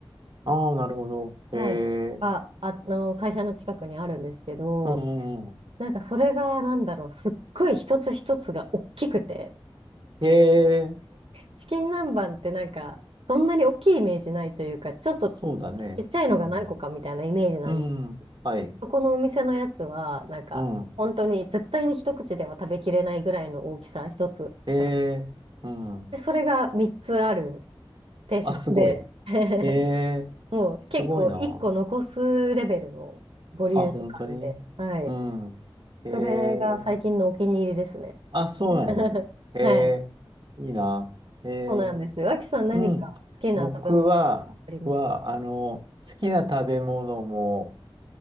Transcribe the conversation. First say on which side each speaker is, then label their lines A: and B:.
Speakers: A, on the right; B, on the right.
A: ああ、なるほど。へえ。
B: はい、が、あの、会社の近くにあるんですけど、
A: うんうんうん。
B: なんかそれが、なんだろう、すっごい一つ一つが大きくて、
A: へえ。
B: チキン南蛮ってなんか、そんなに大きいイメージないというか、ちょっとち
A: そうだね。
B: っちゃいのが何個かみたいなイメージなんですけど。
A: うん。うん。はい。
B: そこのお店のやつは、なんか、
A: うん。
B: 本当に絶対に一口では食べきれないぐらいの大きさ、一つが。
A: へえ。うん。
B: で、それが3つある定食で、
A: あ、すごい。
B: <laughs>
A: へえ。
B: もう結構1個残すレベルのボリューム感で、
A: すごいな。あ、本当にうん。
B: はい。
A: へえ。
B: それが最近のお気に入りですね。
A: あ、そうなの。
B: <laughs>
A: へえ。
B: はい。
A: いいな。へえ。
B: そうなんです。脇さん何か好きな食べ物
A: うん。僕は、
B: あります
A: 僕は、あの、好きな食べ物も、